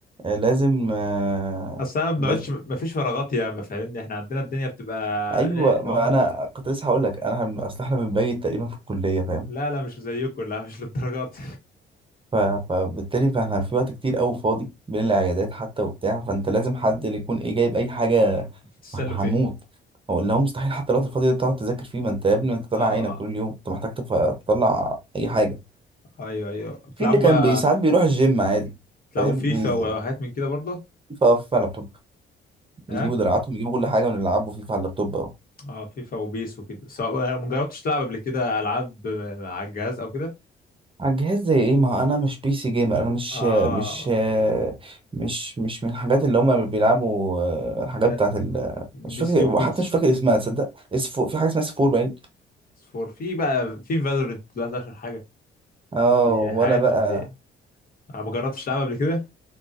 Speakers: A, on the right; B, on the left.
A: آه، لازم آه
B: اصل انا ما بنقعدش
A: لازم
B: ما فيش فراغات يا ما فاهمني احنا عندنا الدنيا بتبقى
A: ايوه
B: ايه اللي
A: ما
B: هو ممكن
A: انا كنت لسه هقول لك انا هن- اصل احنا بنبيت تقريبا في الكلية فاهم
B: لا لا مش زيكم لا مش للدرجات
A: ف- فبالتالي فاحنا في وقت كتير قوي فاضي بين العيادات حتى وبتاع فانت لازم حد اللي يكون ايه جايب اي حاجه
B: <laughs> بتتسلوا
A: ما احنا
B: فين
A: هنموت هو اللي هو مستحيل حتى الوقت الفاضي ده تقعد تذاكر فيه ما انت يا ابني انت طالع
B: اه
A: عينك طول اليوم انت محتاج تف- تطلع اي حاجه
B: ايوه ايوه بتلعبوا
A: في اللي كان
B: بقى
A: بي- ساعات بيروح الجيم عادي
B: تلعبوا
A: فاهم
B: فيفا
A: بيز-
B: وحاجات من كده برضه
A: يقف على اللابتوب يجيبوا
B: اه
A: دراعاتهم يجيبوا كل حاجه ونلعبوا فيفا على اللابتوب
B: اه فيفا وبيس وكده سواء بقى- ما جربتش تلعب قبل كده العاب على الجهاز او كده
A: على الجهاز زي ايه ما هو انا مش بي سي جيمر انا مش
B: اه
A: مش مش مش من الحاجات اللي هما بيلعبوا آه، الحاجات
B: يا
A: بتاعت ال...
B: بي
A: مش فاكر
B: سي وكيدز
A: حتى مش فاكر اسمها تصدق اس 4 في حاجه اسمها اس 4 باين
B: فور في بقى في فالورنت دلوقتي اشهر حاجه
A: اه
B: دي
A: ولا
B: حاجات
A: بقى
B: من دي انا ما جربتش العبها قبل كده